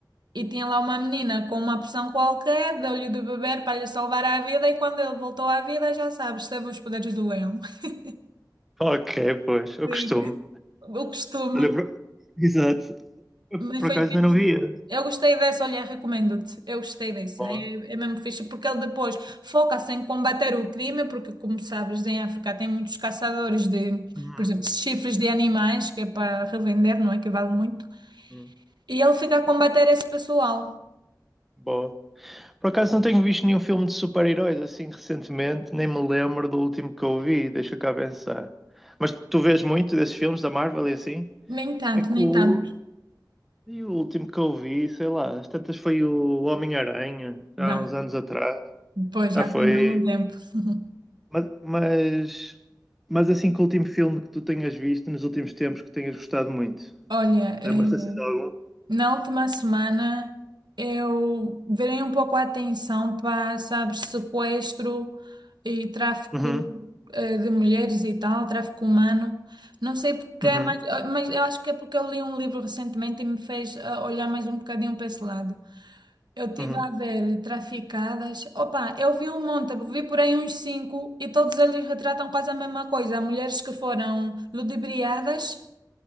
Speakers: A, on the right; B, in the centre.
A: E tinha lá uma menina com uma poção qualquer, deu-lhe de beber para lhe salvar a vida, e quando ele voltou à vida, já sabes, teve os poderes do leão. <laughs>
B: Ok, pois, eu
A: Sim.
B: costumo.
A: O costume.
B: Olha, por- Exato. Eu
A: Mas
B: por
A: foi
B: acaso
A: fixe.
B: ainda não via.
A: Eu gostei dessa, olha, recomendo-te. Eu gostei dessa.
B: Boa.
A: É, é mesmo fixe, porque ele depois foca-se em combater o crime, porque, como sabes, em África tem muitos caçadores de,
B: Uhum.
A: por exemplo, chifres de animais, que é para revender, não é? Que vale muito.
B: Uhum.
A: E ele fica a combater esse pessoal.
B: Boa. Por acaso não tenho visto nenhum filme de super-heróis assim recentemente, nem me lembro do último que eu vi, deixa cá pensar. Mas tu vês muito desses filmes da Marvel e assim?
A: Nem tanto,
B: É cool.
A: nem tanto.
B: E o último que eu vi, sei lá, às tantas foi o Homem-Aranha,
A: Bem,
B: há uns anos atrás.
A: depois
B: Ah,
A: já
B: foi.
A: faz algum tempo. <laughs>
B: Mas, mas, mas assim, que o último filme que tu tenhas visto nos últimos tempos que tenhas gostado muito?
A: Olha, eh,
B: Lembras-te assim de algum?
A: Na última semana, eu virei um pouco a atenção para, sabe, sequestro e tráfico
B: Uhum,
A: eh, de mulheres e tal, tráfico humano. Não sei porquê,
B: uhum,
A: mas, eh, mas eu acho que é porque eu li um livro recentemente e me fez ah, olhar mais um bocadinho para esse lado. Eu tive
B: uhum,
A: a ver traficadas. Opa, eu vi um monte, vi por aí uns cinco e todos eles retratam quase a mesma coisa. Mulheres que foram ludibriadas.